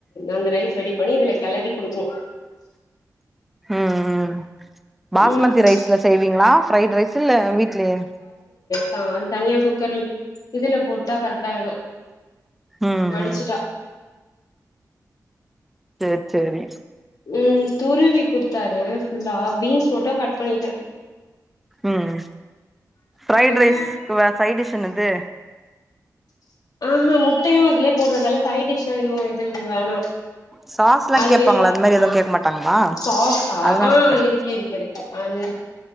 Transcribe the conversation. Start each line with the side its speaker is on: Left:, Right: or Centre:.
Left: அந்த ரைஸ் ரெடி பண்ணி இதுல கெளறி குடுக்கணு
Centre: ம் ம் பாஸ்மதி
Left: ம்
Centre: ரைஸ்ல செய்வீங்களா ப்ரைட் ரைஸ் இல்ல வீட்லயே
Left: ஆ அது தனியா குக்கர் இதுல போட்டா கரெக்டாயிடு
Centre: ம்
Left: வடிச்சிட்டா
Centre: ம் செரி செரி
Left: ம் துருவி கொடுத்தாரு ஃபுல்லா பீன்ஸ் மட்டு கட் பண்ணிட்டே
Centre: ம் ஃப்ரைட்
Left: ம்
Centre: ரைஸ்க்கு சைடிஷ் என்னது
Left: ஆஹா முட்டையு அதுலே போடுறதால சைடிஷ் <unintelligible> இது வேணா
Centre: சாஸ்லாம்
Left: அதுவே
Centre: கேட்பாங்களா
Left: சாப்ட்ருவாங்க
Centre: அது மாதிரி எதுவும் கேட்க மாட்டாங்களா
Left: சாஸா
Centre: அதனால
Left: ஆ
Centre: கேட்ட
Left: இருக்கு இருக்கு இருக்கு அது இருக்கு